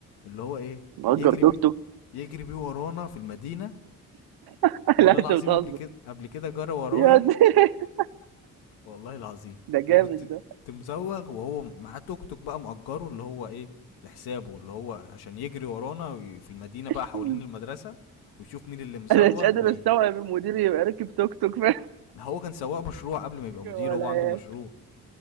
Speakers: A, on the left; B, on the right.
A: اللي هو ايه
B: مأجر
A: يجري
B: توك
A: بي
B: توك
A: يجري بيه ورانا في المدينه
B: <laughs>
A: والله
B: لا
A: العظيم
B: انت بتهزر
A: قبل كده قبل كده جرى ورايا
B: يا دي. <laughs>
A: والله العظيم
B: ده
A: انا
B: جامد
A: كنت كنت
B: ده
A: مزوغ وهو معاه توك توك بقى مأجره اللي هو ايه لحسابه اللي هو عشان يجري ورانا وي- في المدينه بقى
B: <laughs>
A: حوالين المدرسه ويشوف مين اللي مزوغ
B: انا مش قادر
A: وي...
B: استوعب المدير يبقى راكب توك توك <laughs> فاهم
A: هو كان سواق مشروع قبل ما يبقى
B: يجري
A: مدير
B: ورا
A: هو
B: العيال
A: عنده مشروع